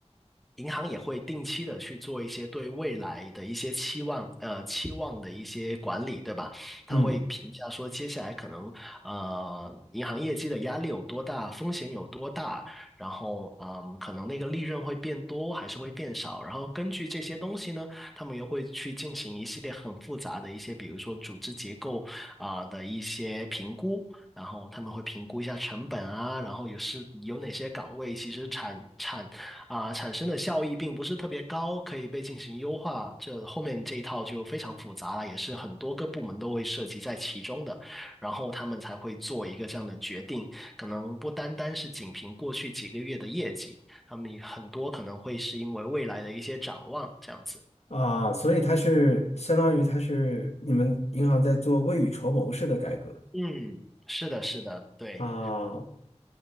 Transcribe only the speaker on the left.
嗯
啊，所以它是相当于它是你们银行在做未雨绸缪式的改革
啊。